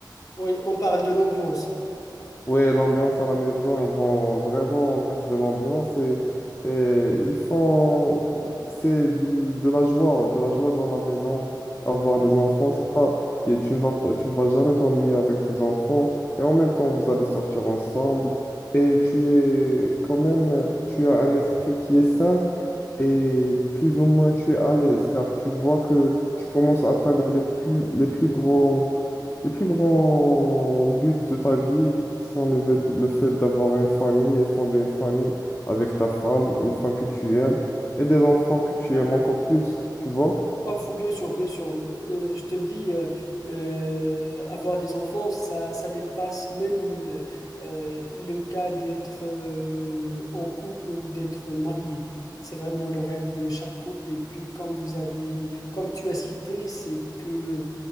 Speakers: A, on the left; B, on the left.
A: Oui, on parle de l'ambiance.
B: Ouais, l'ambiance à la maison, ils vont vraiment mettre de l'ambiance et, et ils font, c'est de de la joie, de la joie dans la maison. Avoir
A: oui
B: des enfants, c'est pas, et tu ne vas pas, tu ne vas jamais t'ennuyer avec tes enfants et en même temps, vous allez sortir ensemble et tu es quand même, tu as un esprit qui est sain et plus ou moins tu es à l'aise car tu vois que tu commences à atteindre les plus, les plus grands, les plus grands buts de ta vie qui sont le, fait le fait d'avoir une famille et fonder une famille avec ta femme, une femme que tu aimes et des enfants que tu aimes encore plus, tu vois?
A: Oh, faut bien sûr, bien sûr. Euh, je te dis, euh, euh, avoir des enfants, ça, ça dépasse même euh, euh, le cas d'être euh, en couple ou d'être marié. C'est vraiment le rêve de chaque couple. Et puis, comme vous avez, comme tu as cité, c'est que